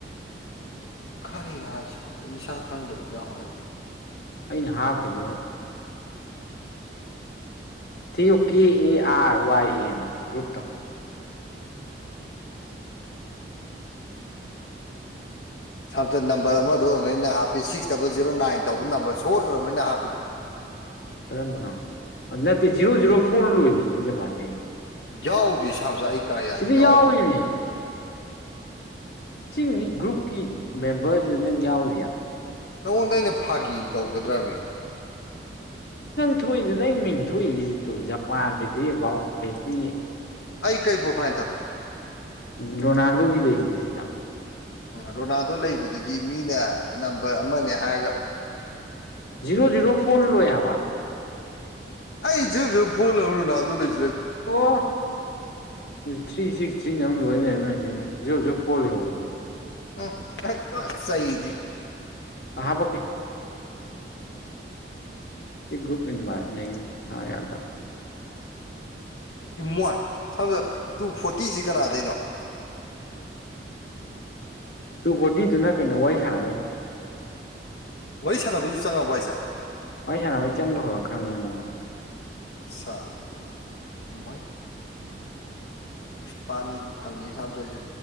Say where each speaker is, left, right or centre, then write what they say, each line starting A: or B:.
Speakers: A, on the left; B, on the left.
A: ꯈꯔꯦꯅ ꯍꯥꯏꯁꯤꯕ ꯑꯩ ꯏꯁꯥ ꯈꯪꯗꯕ ꯌꯥꯎꯋꯦ ꯍꯥꯏꯁꯦ
B: ꯑꯩꯅ ꯍꯥꯞꯀꯩꯗꯣ ꯊꯤꯌꯨ ꯀꯦ ꯑꯦ ꯑꯥꯔ ꯋꯥꯏ ꯑꯦꯅ ꯒ꯭ꯔꯨꯞꯇꯣ
A: ꯁꯝꯇꯟ ꯅꯝꯕꯔ ꯑꯃꯗ ꯑꯣꯏꯔꯩꯅ ꯍꯥꯞꯄꯤ ꯁꯤꯛꯁ ꯗꯕꯜ ꯖꯤꯦꯔꯣ ꯅꯥꯏꯟ ꯇꯧꯕ ꯅꯝꯕꯔ ꯁꯣꯏ ꯑꯣꯏꯔꯕꯅꯤꯅ ꯍꯥꯞꯄꯤꯗꯨꯣ <unintelligible>
B: ꯀꯔꯝꯕꯅꯣ ꯅꯠꯇꯦ ꯖꯤꯔꯣ ꯖꯤꯔꯣ ꯐꯣꯔ ꯂꯣꯏꯕꯁꯤꯅꯤ ꯖꯄꯥꯟ ꯀꯩꯅꯣ
A: ꯌꯥꯎꯗꯦ ꯁꯥꯥꯝꯁꯨ ꯑꯩ ꯀꯔꯌꯥꯗ
B: ꯁꯤꯗꯤ
A: ꯌꯥꯎꯗꯦ
B: ꯌꯥꯎꯏꯅꯦ ꯁꯤ ꯃꯤ ꯒ꯭ꯔꯨꯞꯀꯤ ꯃꯦꯝꯕꯔꯁꯤꯗ ꯅꯪ ꯌꯥꯎꯔꯤꯌꯦꯕ
A: ꯅꯉꯣꯟꯗ ꯑꯩꯅ ꯐꯥꯒꯤ ꯇꯧꯒꯗ꯭ꯔꯕꯅꯦ
B: ꯊ ꯊꯣꯛꯏꯗꯅ ꯃꯤꯡꯊꯣꯛꯏꯁꯤ ꯇ ꯖꯄꯥꯟ ꯕꯩꯇ꯭ꯔꯤ ꯑꯦꯕꯥꯎꯠ ꯕꯩꯇ꯭ꯔꯤ
A: ꯑꯩ ꯀꯩꯕꯨꯣ ꯐꯥꯏꯅ ꯊꯕꯦ
B: ꯎꯝ ꯔꯣꯅꯥꯜꯗꯣꯒꯤ ꯂꯩꯁꯤꯗꯤ ꯁꯤꯗ
A: ꯎꯝ ꯔꯣꯅꯥꯜꯗꯣ ꯂꯩꯕꯗꯨꯗꯤ ꯃꯤꯅ ꯅꯝꯕꯔ ꯑꯃꯅꯦ ꯍꯥꯏꯔꯒ
B: ꯖꯤꯔꯣ ꯖꯤꯔꯣ ꯐꯣꯔꯅ ꯂꯣꯏ ꯍꯥꯏꯕ
A: ꯑꯩꯁꯨꯁꯨ ꯐꯨꯜ ꯍꯔ ꯂꯅꯥ ꯑꯗꯨ ꯂꯩ
B: ꯑꯣ ꯊ꯭ꯔꯤ ꯁꯤꯛꯁ ꯊ꯭ꯔꯤꯅ ꯑꯃꯨꯛ ꯂꯣꯏ ꯂꯩꯔꯝꯃꯤꯃꯦꯁ ꯑꯃꯨꯛ ꯖꯤꯔꯣ ꯖꯤꯔꯣ ꯐꯣꯔ ꯂꯩꯍꯧꯕꯅꯤ
A: ꯑꯣ ꯑ‌ꯣ ꯄ ꯆꯩꯗꯤ
B: ꯑꯥ ꯍꯥꯞꯄꯛꯀꯦ ꯑꯟꯏꯟꯇꯦꯜꯂꯤꯖꯦꯕꯜ
A: ꯇꯝ ꯋꯥꯟ ꯁꯗ ꯇꯨ ꯐꯣꯔꯇꯤꯁꯤ ꯀꯅꯥꯗꯩꯅꯣ
B: ꯇꯨ ꯐꯣꯔꯇꯤꯗꯨꯅ ꯀꯩꯅꯣ ꯋꯥꯔꯤ ꯁꯥꯟꯅꯕꯩꯅꯤ
A: ꯋꯥꯔꯤ ꯁꯥꯟꯅꯕꯩꯁꯨ ꯆꯪꯉꯑꯕꯣ ꯍꯥꯏꯁꯦ
B: ꯋꯥꯔꯤ ꯁꯥꯟꯅꯕꯩ ꯆꯪꯕ ꯍꯧꯔꯛ ꯈ꯭ꯔꯝꯅꯤ ꯑꯩꯉꯣꯟꯗ
A: ꯁꯥ ꯃꯣꯏ ꯄꯅꯤꯗꯤ ꯐꯪꯉꯤ ꯁꯝꯁꯣꯏ